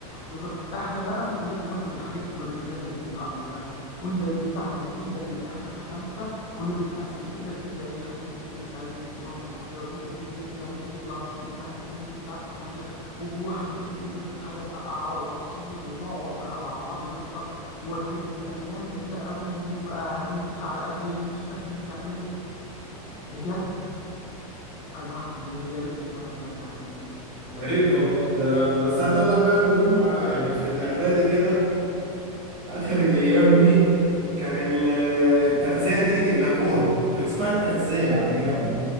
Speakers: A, on the left (about 30°); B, on the right (about 55°).
A: بالظبط احنا بقى ما كناش بناكل الحاجات دي كنا بنخليها للبيت عندنا كنا متعودين دايما احنا الخمسه كنا بنقسم انت تجيب العيش وانت تجيب مخلل وطماطم وخيار وانت تجيب جبنه وانت تجيب لانشون انت هات فول انت هات طعميه وواحد يجيب ازازه حاجه ساقعه او عصير ونقعد بقى مع بعض نفطر وكانت ايام جميله قوي ونبقى نتفق على اكل اللي نفسنا فيه بنعمله بجد الواحد يا ريت الزمن يرجع تاني بجد
B: يا ريت
A: اللمس
B: والله ده انا بس عايز اقول لك بقى ان جم على- يعني في الاعدادي كده اخر الايام دي كان ال- التغذيه دي لغوها كان اسمها التغذيه على ايامنا